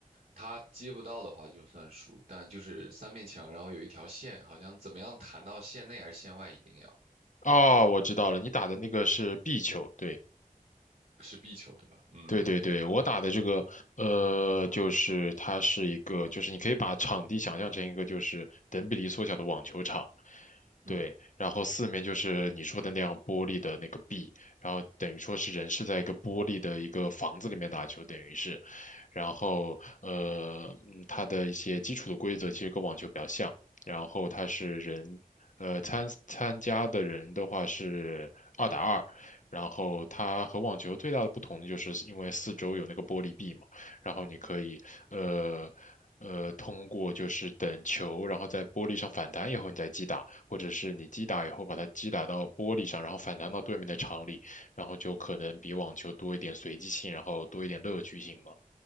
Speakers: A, on the right; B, on the left.
A: 他接不到的话就算输，但就是三面墙，然后有一条线，好像怎么样弹到线内还是线外，一定要
B: 哦，我知道了，你打的那个是壁球，对。
A: 是壁球对吧？嗯
B: 对对对，我打的这个，呃，就是它是一个，就是你可以把场地想象成一个就是等比例缩小的网球场，对，
A: 嗯
B: 然后四面就是你说的那样玻璃的那个壁，然后等于说是人是在一个玻璃的一个房子里面打球，等于是。然后呃，嗯它的一些基础的规则其实跟网球比较像，然后它是人，呃，参参加的人的话是二打二，然后它和网球最大的不同就是因为四周有那个玻璃壁嘛，然后你可以呃。呃，通过就是等球，然后在玻璃上反弹以后，你再击打，或者是你击打以后把它击打到玻璃上，然后反弹到对面的场里，然后就可能比网球多一点随机性，然后多一点乐趣性嘛。